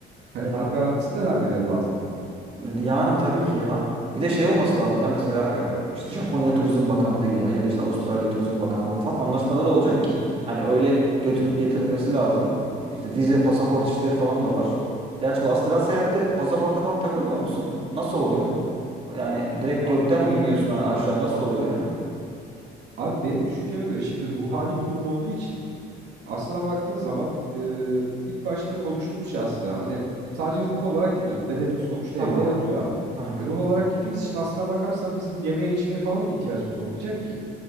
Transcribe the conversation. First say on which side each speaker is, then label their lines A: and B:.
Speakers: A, on the right; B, on the right.
A: Hani
B: Ya
A: bunun garantisini de vermeleri lazım bana.
B: Yani tabii ki ya. Bir de şey olması lazım ya mesela e, işte Japonya Turizm Bakanlığı'yla ya da işte Avustralya Turizm Bakanlığı falan anlaşmaları olacak ki hani öyle götürüp getirilmesi lazım. İşte vize, pasaport işleri falan da var. Gerçi bu astral seyahatte pasaporta falan takılmıyor musun? Nasıl oluyor? Yani direkt
A: A-
B: gökten mi iniyorsun a- aşağı nasıl oluyor yani?
A: Abi benim düşünceme göre şimdi ruhani bir durum olduğu için Aslına baktığın zaman e, ilk başta konuştuğumuz şey aslında hani sadece ruh olarak gidiyoruz. Bedenimiz sonuçta
B: Tamam.
A: evde yatıyor abi.
B: Aha.
A: E, ruh olarak gittiğimiz için aslına bakarsan bizim yemeğe içmeye falan da ihtiyacımız olmayacak ki.